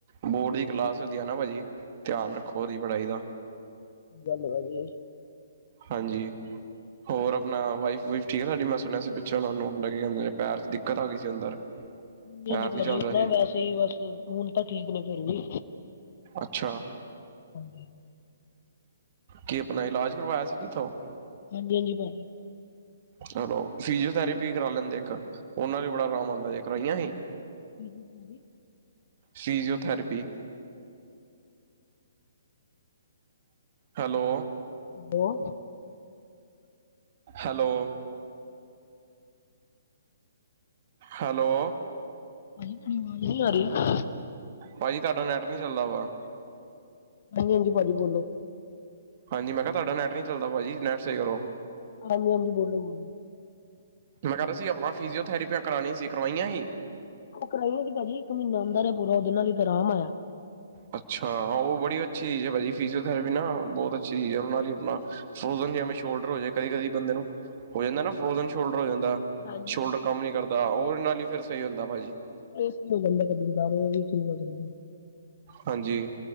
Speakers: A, on the right; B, on the left.
A: ਬੋਰਡ ਦੀ ਕਲਾਸ ਹੁੰਦੀ ਹੈ ਨਾ ਭਾਜੀ। ਧਿਆਨ ਰੱਖੋ ਉਹਦੀ ਪੜ੍ਹਾਈ ਦਾ।
B: ਗੱਲ ਵਧੀਏ।
A: ਹਾਂਜੀ ਹੋਰ ਆਪਣਾ ਵਾਈਫ ਵੁਇਫ ਠੀਕ ਹੈ ਸਾਡੀ ਮੈਂ ਸੁਣਿਆ ਸੀ ਪਿੱਛੇ ਸੁਣਿਆ ਉਹਨਾਂ ਨੂੰ ਕੀ ਕਿੰਦੇ ਪੈਰ ਚ ਦਿੱਕਤ ਆ ਗਈ ਸੀ ਅੰਦਰ।
B: ਹਾਂਜੀ
A: ਪੈਰ
B: ਹਾਂਜੀ
A: ਨੀ
B: ਭਾਜੀ
A: ਚੱਲ ਰਹੇ
B: ਉਹ ਨਾ ਵੈਸੇ ਹੀ ਬਸ ਹੁਣ ਤਾਂ ਠੀਕ ਨੇ ਫਿਰ ਵੀ।
A: ਅੱਛਾ।
B: ਹਾਂਜੀ
A: ਕੀ ਆਪਣਾ ਇਲਾਜ ਕਰਵਾਇਆ ਸੀ ਕਿੱਥੋਂ?
B: ਹਾਂਜੀ ਹਾਂਜੀ ਭਾਜੀ
A: ਚਲੋ ਫਿਜੀਓਥੈਰੇਪੀ ਕਰਾ ਲੈਂਦੇ ਇੱਕ ਉਹਨਾ ਨਾਲ ਬੜਾ ਆਰਾਮ ਆਉਂਦਾ ਜੇ ਕਰਵਾਈਆਂ ਹੀ?
B: ਹਾਂਜੀ ਹਾਂਜੀ
A: ਸੀਜ਼ਓਥੈਰੇਪੀ ਹੈਲੋ
B: ਬੋਲ
A: ਹੈਲੋ ਹੈਲੋ
B: ਭਾਜੀ ਤੁਹਾਡੀ ਆਵਾਜ਼ ਨਹੀ ਆ ਰਹੀ।
A: ਭਾਜੀ ਤਾਡਾ ਨੈੱਟ ਨੀ ਚੱਲਦਾ ਵਾ।
B: ਹਾਂਜੀ ਹਾਂਜੀ ਭਾਜੀ ਬੋਲੋ
A: ਹਾਂਜੀ ਮੈਂ ਕਿਹਾ ਤੁਹਾਡਾ ਨੈਟ ਨਹੀਂ ਚੱਲਦਾ ਭਾਜੀ ਨੈਟ ਸਹੀ ਕਰੋ।
B: ਹਾਂਜੀ ਹਾਂਜੀ ਬੋਲੋ ਵੀਰ ਜੀ
A: ਮੈਂ ਕਿਹਾ ਤੁਸੀਂ ਆਪਣਾ ਫਿਜੀਓਥੈਰੇਪੀਆਂ ਕਰਵਾਉਣੀ ਸੀ ਕਰਵਾਈਆਂ ਸੀ?
B: ਉਹ ਕਰਾਈਆਂ ਸੀ। ਭਾਜੀ ਇੱਕ ਮਹੀਨਾ ਅੰਦਰ ਆ ਪੂਰਾ ਉਹਦੇ ਨਾਲ ਤੇ ਆਰਾਮ ਆਇਆ।
A: ਅੱਛਾ ਹਾਂ ਉਹ ਬੜੀ ਅੱਛੀ ਚੀਜ਼ ਹੈ। ਭਾਜੀ ਫਿਜ਼ਓਥੈਰੇਪੀ ਨਾ ਬਹੁਤ ਅੱਛੀ ਚੀਜ਼ ਹੈ। ਉਹਦੇ ਨਾਲ ਹੀ ਆਪਣਾ ਫਰੋਜਨ ਸ਼ੋਲਡਰ ਹੋ ਜਾਵੇ ਕਦੇ ਕਦੇ ਬੰਦੇ ਨੂੰ ਹੋ ਜਾਂਦਾ ਨਾ ਫਰੋਜਨ ਸ਼ੋਲਡਰ ਹੋ ਜਾਂਦਾ।
B: ਹਾਂਜੀ
A: ਸ਼ੋਲਡਰ
B: ਹਾਂਜੀ।
A: ਕੰਮ ਨੀ ਕਰਦਾ ਉਹਦੇ ਨਾਲ ਹੀ ਫੇਰ ਸਹੀ ਹੁੰਦਾ ਭਾਜੀ।
B: ਰਿਸਟ ਵੀ ਹੋ ਜਾਂਦਾ ਕਦੀ ਕਦਾਰ ਉਹ ਵੀ ਠੀਕ ਹੋ ਜਾਂਦਾ।
A: ਹਾਂਜੀ